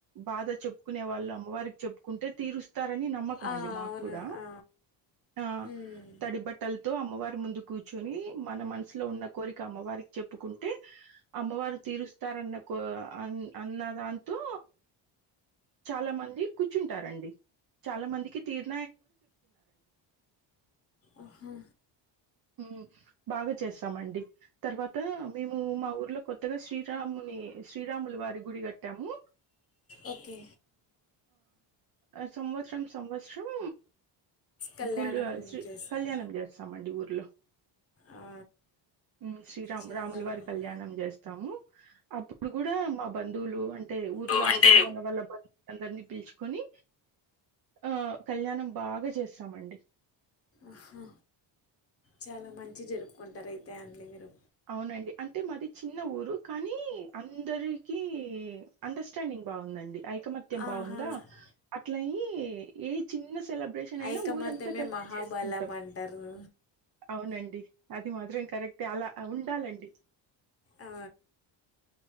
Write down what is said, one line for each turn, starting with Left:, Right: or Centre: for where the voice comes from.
Right: బాధ చెప్పుకునే వాళ్ అమ్మవార్క్ చెప్పుకుంటే తీరుస్ తరన్ని నమ్మకమండి
Left: ఆ,
Right: మాక్
Left: అవును
Right: గూడా
Left: ఆ,
Right: ఆ
Left: మ్మ్.
Right: తడి బట్టల్తో అమ్మవార్ ముందు కూచ్చోని మన మన్సులో ఉన్న కోరిక అమ్మవారిక్ చెప్పుకుంటే అమ్మవారు తీరుస్తర్ రాన్నకో అన్ అన్నదంతో చాలా మంది కూచ్చుటారండి చాలా మందికి తీర్
Left: ఆహా
Right: ఉమ్ బాగా చేస్సమండి తర్వాత మేము మా ఊర్లో కొత్తగా శ్రీరాముని ఏ శ్రీరాములవారి గుడి గాట్టాము
Left: ఓకే
Right: ఆ సంవత్సరమ్ సంవత్సస్రం
Left: కళ్యాణం
Right: గులో శ్రీ
Left: చేస్తా
Right: కళ్యాణం జేస్తామండి ఊర్లో
Left: ఆ,
Right: ఉమ్ శ్రీరామ్
Left: చాలా
Right: రాములవారి
Left: మంది
Right: కళ్యాణం జేస్తాము అప్పుడ్ గూడా మా బంధువులు అంటే ఊర్లో
Left: ఊ అంటే
Right: అందరు ఉన్న వాళ్ళ బత్ అందర్నీ పిల్చుకొని ఆ కళ్యాణం బాగా చేస్తామండి
Left: ఆహా చాలా మంచి జర్పుకుంటరు ఐతే అండీ మీరు
Right: ఔనండి అంటే మాది చిన్న ఊరు కానీ అందరికీ అండస్టాడింగ్ బాఉందండి ఐకమత్యం బాఉందా
Left: ఆహా
Right: అట్లాయ్ ఇ ఏ చిన్ ఇన్న సెలబ్రేషన్ ఐనా
Left: ఐకమత్యమే
Right: ఊరంతా కలిసి
Left: మహాబలం
Right: చేసుకుంటాం
Left: అంటారు
Right: ఔనండి అద్ ఇది మాత్రం కరక్టే అలా అ ఉండాలండి
Left: ఆ,